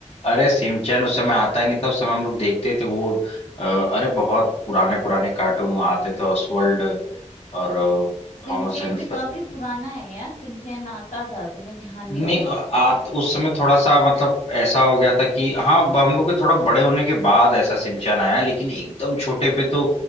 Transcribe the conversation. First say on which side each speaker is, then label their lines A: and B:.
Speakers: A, on the left (about 55°); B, on the left (about 80°).
A: अरे सिमचैन उस समय आता ही नहीं था उस समय हम लोग देखते थे वो अ, अरे बहुत पुराने पुराने कार्टून वो आते थे ऑसवर्ल्ड और
B: सिमचैन
A: थॉमस एंड
B: भी काफी पुराना है यार सिमचैन आता था तुम्हें ध्यान नहीं
A: नहीं
B: होगा
A: आ, तो उस समय थोड़ा सा मतलब ऐसा हो गया था कि हाँ ब- हम लोग के थोड़ा बड़े होने के बाद ऐसा सिमचान आया लेकिन एकदम छोटे पे तो